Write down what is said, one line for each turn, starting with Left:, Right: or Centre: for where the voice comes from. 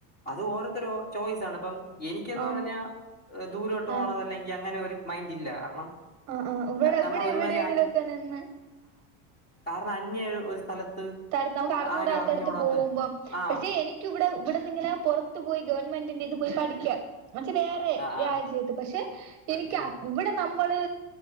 Left: അത് ഓരോരുത്തരോ ചോയ്സ ആണ് ഇപ്പം എനിക്കന്ന്
Right: ആഹ്
Left: പറഞ്ഞാ ദൂരോട്ട് പോകണതല്ലെങ്കിൽ
Right: ആഹ്
Left: അങ്ങനെ ഒരു മൈൻഡ് ഇല്ല കാരണം
Right: ആഹ് ആഹ് ഇവിടെ ഇവിടെ
Left: നമ്മൾ ഒരുമതിരി
Right: എവിടെയെങ്കിലുമൊക്കെ
Left: അൻ
Right: നിന്ന്
Left: കാരണം അന്യ ഒരു സ്ഥലത്ത്
Right: <unintelligible> നമ്മക്കറിഞ്ഞൂടാത്തട്ത്ത്
Left: ആരും അറിഞ്ഞുകൂടാത്ത
Right: പോ പോകുമ്പം
Left: ആഹ്
Right: പക്ഷെ എനിക്കിവടെ ഇവിട്ന്ന്ങ്ങനെ പൊർത്ത് പോയി ഗവൺമെന്റിന്റെ ഇത് പോയി പഠിക്യാ ന്ന്ച്ച വേറെ
Left: ആഹ്
Right: രാജ്യത്ത്
Left: ആഹ്
Right: പക്ഷെ
Left: പഠിക്കാൻ
Right: എനിക്ക ഇവടെ നമ്മള്